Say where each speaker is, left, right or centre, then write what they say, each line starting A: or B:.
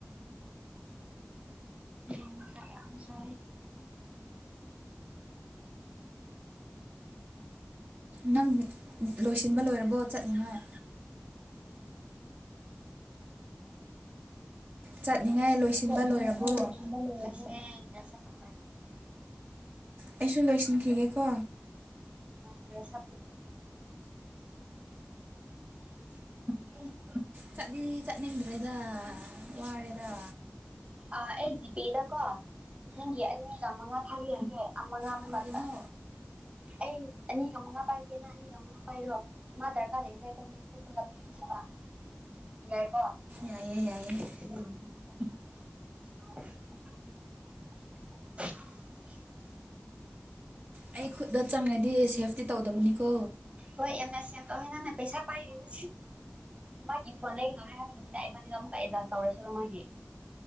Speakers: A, on the right (about 30°); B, on the right (about 45°).
A: ꯎꯝꯁ ꯌꯥꯝꯁ
B: ꯅꯪ ꯂꯣꯏꯁꯤꯟꯕ ꯂꯣꯏꯔꯕꯣ ꯆꯠꯂꯤꯉꯥꯏ ꯆꯠꯅꯤꯡꯉꯥꯏ ꯂꯣꯏꯁꯤꯟꯕ
A: ꯂꯁꯦꯁ
B: ꯂꯣꯏꯔꯕꯣ
A: ꯄꯦ
B: ꯑꯩꯁꯨ ꯂꯣꯏꯁꯤꯟꯈꯤꯒꯦꯀꯣ
A: ꯍꯦ ꯁ <unintelligible>
B: ꯆꯠꯂꯤ ꯆꯠꯅꯤꯡꯗ꯭ꯔꯦꯗ ꯋꯥꯔꯦꯗ
A: ꯑꯥ ꯑꯦꯜꯖꯤꯄꯦꯗ ꯀꯣ ꯅꯪꯒꯤ ꯑꯅꯤ ꯆ ꯃꯉꯥ ꯊꯥꯕꯤꯑꯒꯦ ꯃꯉꯥꯃꯨꯛ
B: ꯀꯔꯤꯒꯤꯅꯣ
A: ꯀꯜꯗ ꯑꯩ ꯑꯅꯤꯒ ꯃꯉꯥ ꯄꯥꯏꯒꯦꯅ ꯑꯅꯤꯒ ꯃꯉꯥ ꯄꯥꯏꯔꯣ ꯃꯥ ꯑꯙꯥꯔ ꯀꯥꯔꯗ ꯂꯩꯒ ꯂꯩ ꯄꯨ ꯐ ꯆ ꯏꯥꯏꯀꯣꯝ <unintelligible>
B: ꯌꯥꯏꯌꯦ ꯌꯥꯏꯌꯦ ꯑꯩ ꯈꯨꯗ ꯆꯪꯉꯗꯤ ꯁꯦꯐꯇꯤ ꯇꯧꯗꯕꯅꯤꯀꯣ
A: ꯍꯣꯏ ꯑꯅ ꯁꯤ ꯇ ꯅ ꯄꯩꯁꯥ ꯄꯥꯏꯔꯤꯕ ꯃꯥꯒꯤ ꯐꯣꯟ ꯂꯩꯒꯗꯧꯔꯦ ꯍꯥꯏꯕ ꯅꯨꯃꯤꯗꯥꯡ ꯑꯩꯕꯥꯅꯤꯗ ꯑꯃꯨꯛꯀ ꯑꯦꯗꯖꯁ ꯇꯧꯔꯁꯦꯕ ꯃꯥꯒꯤ